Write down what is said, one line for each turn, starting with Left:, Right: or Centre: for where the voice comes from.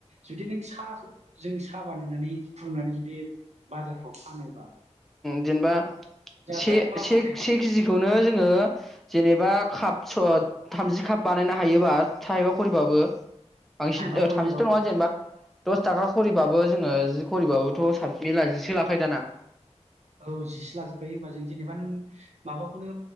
Right: जुदि नों साह जों साह बानायनानै फुदुंनानै जुदि बाजारफ्राव फानोबा
Centre: जेनेबा
Right: जोंहा
Centre: से
Right: बिराद मुलाम्फा
Centre: से
Right: जायो माने
Centre: से केजिखौनो जोङो जेनेबा खाप स थामजि खाप बानायनो हायोबा थाइबा खरिबाबो बांसिन
Right: थाइबा खरिबाबो
Centre: थामजिथ' नङा
Right: जों
Centre: जेनेबा दस थाखा खरिबा बो जोङो जि खरिबाबोथ' साब <unintelligible> जि सो लाखायो दाना
Right: औ जिसो लाजोबखायो होमबा जों जेनेबा नों माबाखौनो